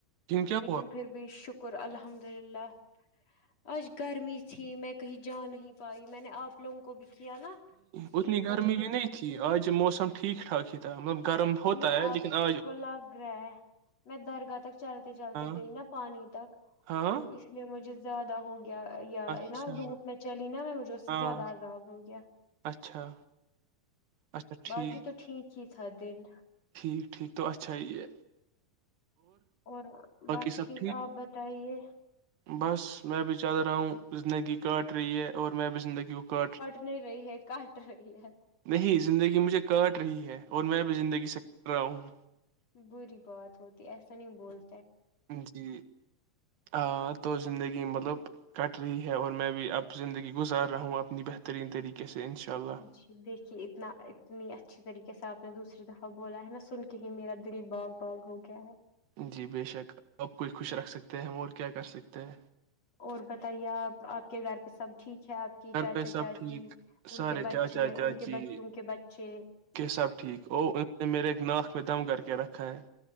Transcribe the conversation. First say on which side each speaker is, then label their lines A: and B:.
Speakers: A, on the right; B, on the left.
A: دن کیا
B: لیکن
A: ہوا
B: پھر بھی شکر الحمد للہ آج گرمی تھی میں کہیں جا نہیں پائی میں نے آپ لوگوں کو بھی کیا نا
A: اتنی
B: ایک
A: گرمی
B: بجے کے
A: بھی نہیں
B: قریب
A: تھی آج موسم ٹھیک ٹھاک ہی تھا مطلب گرم ہوتا
B: یہ
A: ہے لیکن
B: آپ
A: آ
B: کو لگ رہا ہے میں درگاہ تک چلتے چلتے
A: ہاں
B: گئی نا پانی تک
A: ہاں
B: تو اس لیے مجھے زیاد ہوگیا یا
A: اچھا
B: یا نا دھوپ میں چلی نا میں مجھے اس سے
A: ہاں
B: زیادہ عزاب ہووں گیا
A: اچھا اچھا
B: باقی
A: ٹھیک
B: تو ٹھیک ہی س دن
A: ٹھیک ٹھیک تو اچھا یہ
B: اور
A: باقی
B: بس
A: سب
B: ٹھیک آپ بتائیے
A: بس میں بھی چل رہا ہوں زندگی کاٹ رہی ہے اور میں بھی زندگی کاٹ رہ
B: نہیں رہی ہے کاٹ رہی ہے
A: نہیں زندگی مجھے کاٹ رہی ہے اور میں بھی زندگی سے کر رہا ہوں
B: بری بات ہوتی ایسا نہیں بول
A: جی ہاں تو زندگی مطلب کٹ رہی ہے اور میں بھی اب زندگی گزار رہا ہوں اپنی بہترین طریقے سے انشاء اللہ
B: جی دیکھیے اتنا اتنی اچھی طریقے سے آپ نے دوسری دفعہ بولا ہے نا سن کے ہی میرا دل باغ باغ ہو گیا ہے
A: جی بے شک آپ کوئی خوش رکھ سکتے ہیں ہم اور کیا کر سکتے ہیں
B: اور بتائیے آپ آپ کے گھر پہ سب ٹھیک ہے آپ کی
A: گھر
B: چاچا
A: پہ سب
B: چاچی
A: ٹھیک
B: ان
A: سارے
B: کے بچے
A: چاچا
B: ان
A: چاچی
B: کے بچوں کے بچے
A: کے سب ٹھیک ا ان میرے ایک ن اس میں دم کر کے رکھا ہے